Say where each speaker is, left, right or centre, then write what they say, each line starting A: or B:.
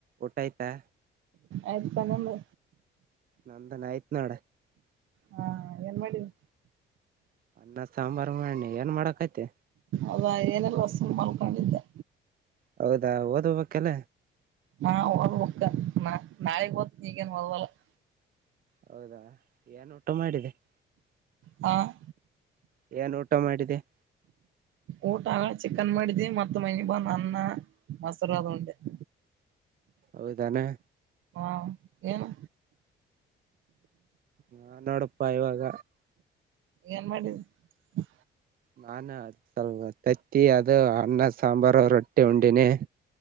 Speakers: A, on the right; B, on the right.
A: ಊಟಾಯತಾ
B: ಆಯ್ತು ನಿಮ್ದು
A: ನಂದನ್ ಆಯ್ತ್ ನೋಡ
B: ಹಾ, ಏನ್ ಮಾಡದಿ-
A: ನಾನ ಸಾಂಬಾರು ಮಾಡನಿ ಏನ್ ಮಾಡಕತಿ.
B: ಅದ ಏನೆಲ್ಲ ಸುಮ್ಮ ಮಲಳ್ಕೊಂಡಿದ್ದೆ.,
A: ಹೌದಾ, ಓದ್ವ ಓಕೆನ
B: ಹಾ, ಓದಬುಕ್ಕ ನಾ, ನಾಳೆಗ್ ಓದ ಇಗೇನ್ ಓದಲ್ಲ. -
A: ಹೌದಾ, ಏನ್ ಊಟ ಮಾಡಿದೆ, -
B: ಹ <inaudible>
A: ಏನ್ ಊಟ ಮಾಡಿದಿ, -
B: ಊಟ ಅಗಳೆಚಿಕನ್ ಮಾಡದವಿ ಮತ್ತು ಮನಿಗ ಬಂದ ಅನ್ನ ಮೊಸರ ದ ಉಂಡೆ. -
A: ಹೌದಾನು.
B: ಹಾ, ಏನು
A: ನಾ ನೋಡಪ್ಪಾ ಇವಾಗ
B: ಏನ್ ಮಾಡಿದಿ. -
A: ನಾನ ಸ್ಲ್ ತತ್ತಿ ಅದು ಅನ್ನ, ಸಾಂಬಾರು, ರೊಟ್ಟಿ ಉಂಡಿನಿ. -